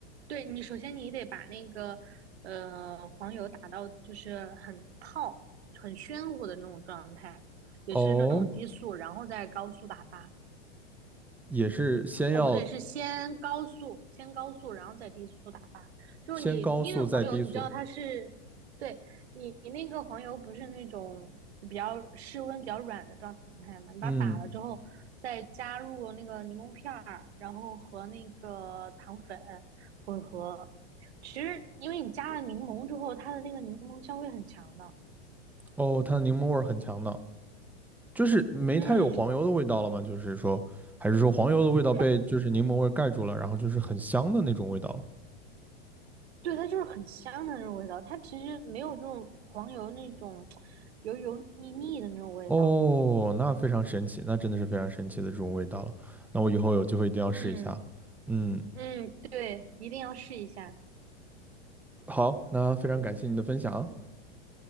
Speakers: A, on the right; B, in the centre.
A: 对你首先你得把那个呃黄油打到就是很泡、很暄乎的那种状态，也是那种低速，
B: 哦，
A: 然后再高速打发。
B: 也是先要
A: 哦，不对，是先高速，先高速，然后再低速打发。就是你，
B: 先高速再低速，
A: 因为黄油，你知道它是，对，你你那个黄油不是那种比较室温比较软的状态嘛？你把它打了之后，
B: 嗯，
A: 再加入那个柠檬片儿，然后和那个糖粉混合。其实，因为你加了柠檬之后，它的那个柠檬香味很强的。
B: 哦，它的柠檬味儿很强的，就是没太有黄油的味道了吗？
A: 嗯，
B: 就是说，还是说黄油的味道被就是柠檬味儿盖住了，
A: 它
B: 然后就是很香的那种味道了？
A: 对，它就是很香的那种味道，它其实没有这种黄油那种油油腻腻的那种味道。
B: 哦，那非常神奇，那真的是非常神奇的这种味道了。那我以后有机会一定要试一下。
A: 嗯
B: 嗯，
A: 嗯，对，一定要试一下。
B: 好，那非常感谢你的分享。
A: 嗯嗯